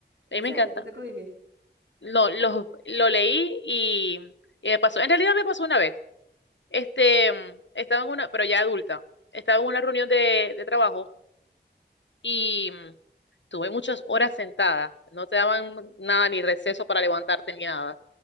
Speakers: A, on the right; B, on the left.
A: ¿En
B: mí me
A: serio?
B: encanta.
A: ¿Te tocó vivir?
B: Lo, lo, lo leí y, y me pasó. En realidad me pasó una vez. Este, mm, estaba en una, pero ya adulta, estaba en una reunión de, de trabajo y mm, tuve muchas horas sentada, no te daban nada ni receso para levantarte ni nada.